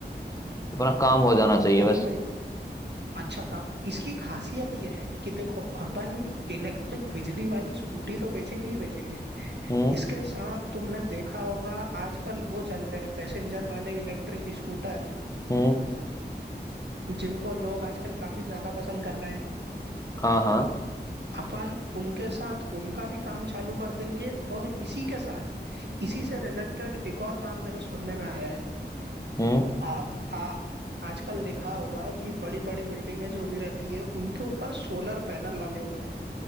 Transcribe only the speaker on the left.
अपना काम हो जाना चाहिए
बस
हम्म
हम्म
हाँ हाँ
हम्म